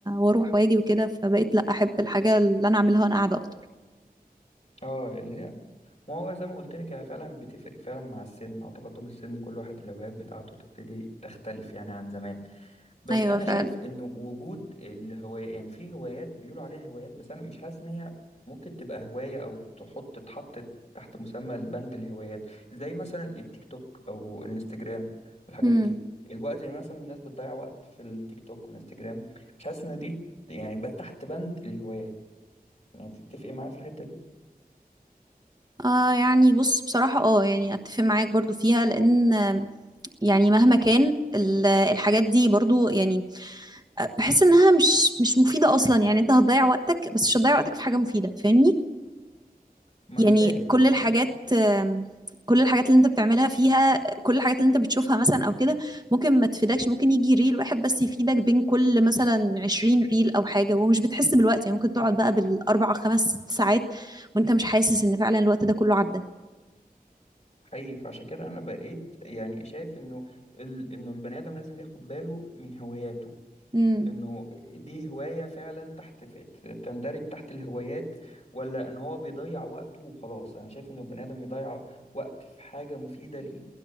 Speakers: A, on the right; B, on the left.
A: واروح واجي وكده فبقيت لا احب الحاجة اللي انا اعملها وانا قاعدة اكتر
B: اه اللي هي ما هو زي ما قلت لك هي فعلا بتفرق فعلا مع السن مع تقدم السن كل واحد الهوايات بتاعته تبتدي تختلف يعني عن زمان بس
A: ايوه
B: انا
A: فعلا
B: شايف انه وجود الهواية يعني في هوايات بيقولوا عليها هوايات بس انا مش حاسس ان هي ممكن تبقى هواية او تحط تتحط تحت مسمى البند الهوايات زي مثلا التيك توك او الانستجرام والحاجات
A: مم.
B: دي الوقت اللي مثلا الناس بتضيع وقت في التيك توك والانستجرام مش حاسس ان دي يعني بقى تحت بند الهوايات يعني تتفقي معايا في الحتة دي
A: آه يعني بص بصراحة اه يعني اتفق معاك برضو فيها لان آم، يعني مهما كان ال- الحاجات دي برضو يعني آه، بحس انها مش مش مفيدة اصلا يعني انت هتضيع وقتك بس مش هتضيع وقتك في حاجة مفيدة فاهمني
B: ما
A: يعني
B: انا فاهم
A: كل
B: بس
A: الحاجات
B: انا
A: آم، كل الحاجات اللي انت بتعملها فيها كل الحاجات اللي انت بتشوفها مثلا او كده ممكن ما تفيدكش ممكن يجي ريل واحد بس يفيدك بين كل مثلا 20 ريل او حاجة ومش بتحس بالوقت يعني ممكن تقعد بقى بالاربع خمس ست ساعات وانت مش حاسس ان فعلا الوقت ده كله عدى
B: حقيقي فعشان كده انا بقيت يعني شايف انه ال... انه البني ادم لازم ياخد باله من هواياته
A: مم.
B: انه دي هواية فعلا تحت في تندرج تحت الهوايات ولا ان هو بيضيع وقته وخلاص انا شايف ان البني ادم يضيع وقت في حاجة مفيدة ليه